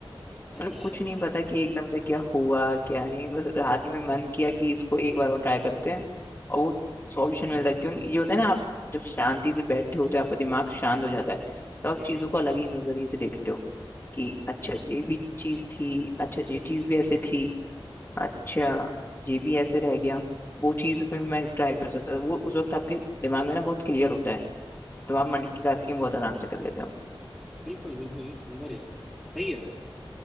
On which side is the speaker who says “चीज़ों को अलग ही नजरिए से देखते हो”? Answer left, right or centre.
Left